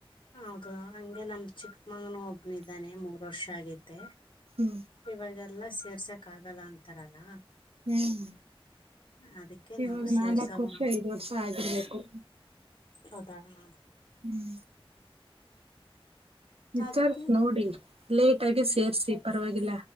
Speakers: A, on the left; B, on the right.
A: ಹೌದು ಹಂಗೆ ನಮ್ ಚಿಕ್ಕಮಗನ ಒಬ್ನ ಇದಿದ್ದಾನೆ ಮೂರ್ ವರ್ಷ ಆಗೈತೆ
B: ಹ್ಮ್
A: ಇವಾಗೆಲ್ಲ ಸೇರ್ಸಕ್ ಆಗಲ್ಲ ಅಂತಾರಲ್ಲ
B: ಹ್ಮ್
A: ಅದಕ್ಕೆ
B: ಇವಾಗ
A: ನಾವು ಸೇರ್ಸವ
B: ನಾಲ್ಕ್ ವರ್ಷ ಐದ್ ವರ್ಷ ಆಗಿರ್ಬೇಕು
A: ಹೌದಾ ಹ
B: ಹ್ಞೂ ವಿಚಾರಸಿ
A: ಅದಕ್ಕೆ
B: ನೋಡಿ ಲೇಟ್ ಆಗಿ ಸೇರ್ಸಿ ಪರವಾಗಿಲ್ಲ